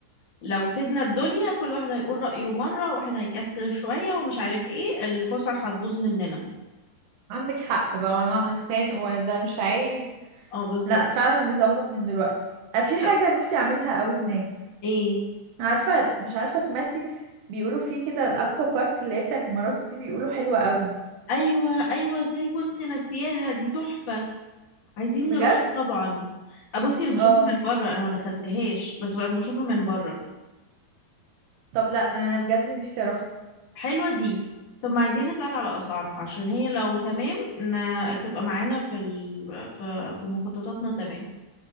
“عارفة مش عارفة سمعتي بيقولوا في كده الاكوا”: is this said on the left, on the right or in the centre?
Right